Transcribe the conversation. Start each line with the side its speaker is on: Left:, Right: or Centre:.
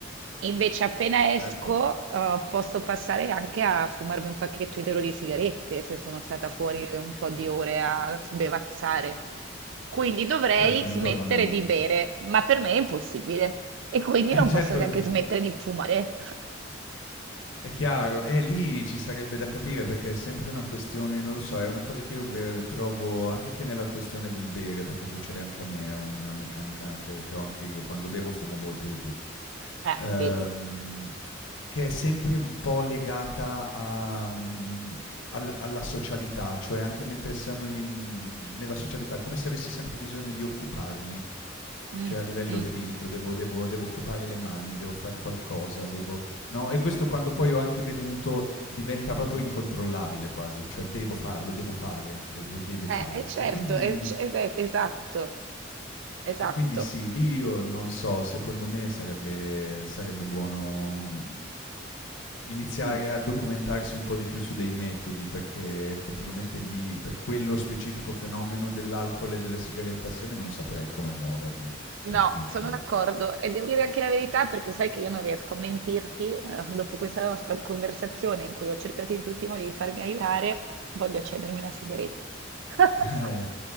Right: Invece, appena esco,
Left: Certo,
Right: eh, posso passare anche a fumarmi un pacchetto intero di sigarette se sono stata fuori un po' di ore a sbevazzare. Quindi dovrei
Left: certo,
Right: smettere
Left: mi torna molto.
Right: di bere, ma per me è impossibile. E quindi
Left: <laughs> Eh,
Right: non
Left: certo,
Right: posso neanche
Left: che-
Right: smettere di fumare. <laughs>
Left: È chiaro, e lì ci sarebbe da capire perché è sempre una questione, non lo so, è una cosa che io ve- trovo anche nella questione del bere, perché succede anche a me, è una meccanica che, che ho anche io, quando bevo fumo molto di più,
Right: Eh,
Left: Ehm,
Right: vedi.
Left: che è sempre un po' legata a, mm, al- alla socialità, cioè anche mentre siamo in- nella socialità, come se avessi sempre bisogno di occuparmi,
Right: Mm,
Left: cioè a livello
Right: mm.
Left: fisico, devo, devo devo occupare le mani, devo fare qualcosa, devo no? E questo quando poi ho anche bevuto diventa proprio incontrollabile quasi, cioè devo fare, lo devo fare, lo, lo devo fare.
Right: Eh, eh, certo,
Left: E quindi,
Right: eh, c- ed è- esatto, esatto.
Left: e quindi sì, lì io non so, secondo me sarebbe, sarebbe buono mm, iniziare
Right: Mm.
Left: a documentarsi un po' di più su dei metodi, perché effettivamente lì, per quello specifico fenomeno dell'alcol e della sigaretta assieme, non saprei come muovermi
Right: No,
Left: per smettere.
Right: sono d'accordo e devo dire anche la verità perché sai che io non riesco a mentirti, eh, dopo questa nostra conversazione in cui ho cercato in tutti i modi di farmi aiutare, voglio accendermi una sigaretta. <laughs>
Left: <laughs> Eh,